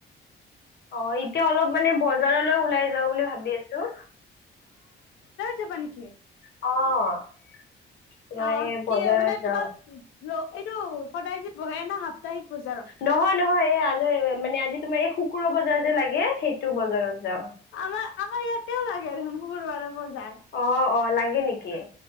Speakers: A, on the left; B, on the left.
A: অ', এতিয়া অলপ মানে বজাৰলৈ ওলাই যাওঁ বুলি ভাবি আছো।
B: জাপানী খে
A: অ'। তোমাৰ
B: অ
A: এই
B: কি
A: বজাৰত
B: মানে তোমাক
A: যাওঁ।
B: এইটো সদায়, যে বহে না সাপ্তাহিক। বজাৰত
A: নহয় নহয়। এই আজি মানে আজি তোমাৰ এই খো কুকুৰ বজাৰ যে লাগে সেইটো বজাৰত যাওঁ।
B: আমাৰ ইয়াতেও লাগে দেখোন শুকুৰবাৰে বজাৰ।
A: অ অ লাগে নেকি?